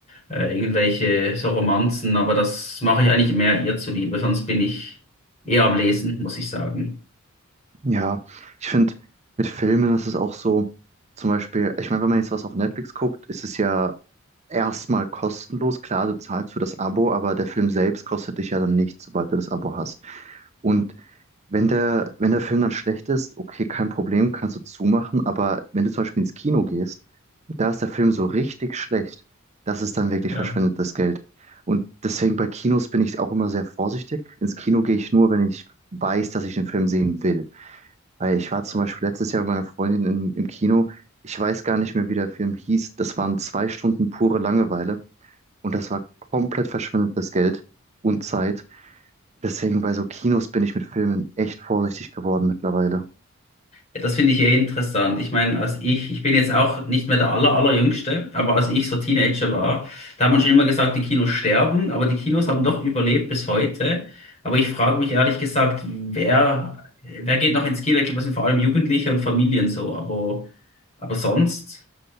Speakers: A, on the left; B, on the right.
A: äh, irgendwelche so Romanzen, aber das mache ich eigentlich mehr ihr zuliebe, sonst bin ich eher am Lesen, muss ich sagen.
B: Ja, ich finde, mit Filmen ist es auch so, zum Beispiel, ich meine, wenn man jetzt was auf Netflix guckt, ist es ja erstmal kostenlos. Klar, du zahlst für das Abo, aber der Film selbst kostet dich ja dann nichts, sobald du das Abo hast. Und wenn der, wenn der Film dann schlecht ist, okay, kein Problem, kannst du zumachen, aber wenn du zum Beispiel ins Kino gehst und da ist der Film so richtig schlecht, das ist dann wirklich
A: Ja.
B: verschwendetes Geld. Und deswegen bei Kinos bin ich auch immer sehr vorsichtig. Ins Kino gehe ich nur, wenn ich weiß, dass ich den Film sehen will. Weil ich war zum Beispiel letztes Jahr mit meiner Freundin im, im Kino. Ich weiß gar nicht mehr, wie der Film hieß. Das waren zwei Stunden pure Langeweile. Und das war komplett verschwendetes Geld und Zeit. Deswegen bei so Kinos bin ich mit Filmen echt vorsichtig geworden mittlerweile.
A: Das finde ich eh interessant. Ich meine, als ich, ich bin jetzt auch nicht mehr der aller, allerjüngste, aber als ich so Teenager war, da hat man schon immer gesagt, die Kinos sterben, aber die Kinos haben doch überlebt bis heute. Aber ich frage mich ehrlich gesagt, wer, wer geht noch ins Kino? Ich glaube, das sind vor allem Jugendliche und Familien so, aber, aber sonst,